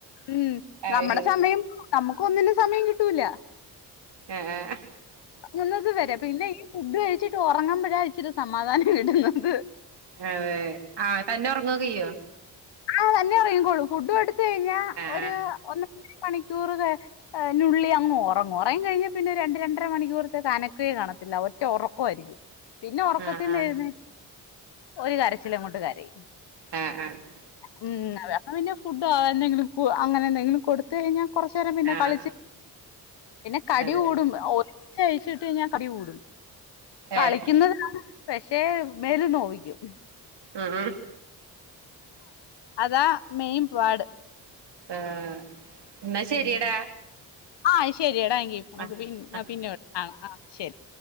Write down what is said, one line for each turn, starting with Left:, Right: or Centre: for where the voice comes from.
Left: ഉം
Right: ഏഹ് അത്
Left: നമ്മുടെ സമയ യം നമുക്കും ഒന്നിനും സമയം കിട്ടൂല
Right: ആഹ്
Left: <unintelligible> വരെ പിന്നെ ഈ ഫുഡ് കഴിച്ചിട്ട് ഉറങ്ങുമ്പോഴാ ഇച്ചിരി സമാധാനം കിട്ടുന്നത്
Right: അതെ ആഹ് തന്നെ ഉറങ്ങൊക്കെയ്യോ
Left: ആഹ് തന്നെ ഉറങ്ങികോളൂ ഫുഡു കൊടുത്ത കഴിഞ്ഞാ
Right: ആഹ്
Left: ഒരു ഒന്നര മണിക്കൂറ് ക ആഹ് നുള്ളി അങ്ങ് ഒറങ്ങും ഉറങ്ങി കഴിഞ്ഞാൽ പിന്നെ രണ്ട് രണ്ടര മണിക്കൂറത്തേക്ക് അനക്കെ കാണത്തില്ല ഒറ്റ ഉറക്കവായിരിക്കും പിന്നെ ഉറക്കത്തിന്ന്
Right: ആഹ് ആഹ്
Left: എഴുന്നേ ഒരു കരച്ചില് അങ്ങോട്ട് കരയും
Right: ആഹ് ആഹ്
Left: ഉം അതാവുമ്പോ പിന്നെ ഫുഡോ എന്തെങ്കിലും കു അങ്ങനെ എന്തെങ്കിലും കൊടുത്ത് കഴിഞ്ഞാൻ കുറച്ചു നേരം പിന്നെ
Right: ആഹ്
Left: കളിച്ച് പിന്നെ കടി
Right: അതെ
Left: കൂടും ഒച്ചഴിച്ചിട്ട് കഴിഞ്ഞാ കടി കൂടും കളിക്കുന്നതാ
Right: ഏഹ്
Left: പക്ഷേ മേല് നോവിക്കും
Right: ഉം
Left: അതാ മെയ്ൻ പാട്
Right: ആഹ് എന്നാ ശരിയടാ
Left: ഉം ആഹ് ശരിയാടാ എങ്കി നമുക്ക്
Right: ആഹ്
Left: പി
Right: ആഹ്
Left: പിന്നെ വി ആഹ് ആഹ് ശരി